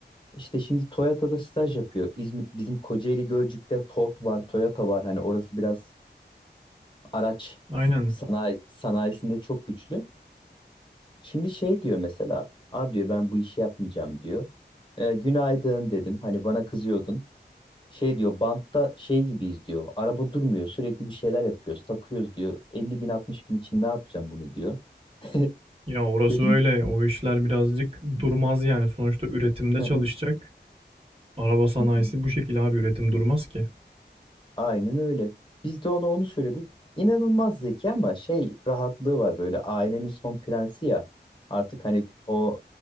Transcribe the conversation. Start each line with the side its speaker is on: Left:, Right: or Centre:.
Left: İşte şimdi Toyota'da staj yapıyor. İzmit bizim Kocaeli Gölcük'te Ford var, Toyota var. Hani orası biraz araç
Right: Aynen.
Left: sanayi sanayisinde çok güçlü. Şimdi şey diyor mesela. Abi diyor ben bu işi yapmayacağım diyor. E, günaydın dedim. Hani bana kızıyordun. Şey diyor bantta şey gibiyiz diyor. Araba durmuyor sürekli bir şeyler yapıyoruz takıyoruz diyor. 50 bin 60 bin için ne yapacağım bunu diyor. <laughs>
Right: Ya orası
Left: Dedim.
Right: öyle. O işler birazcık durmaz yani. Sonuçta üretimde
Left: "Hı
Right: çalışacak.
Left: hı,
Right: Araba sanayisi
Left: hı hı."
Right: bu şekilde abi üretim durmaz ki.
Left: Aynen öyle. Biz de ona onu söyledik. İnanılmaz zeki ama şey rahatlığı var böyle ailenin son prensi ya. Artık hani o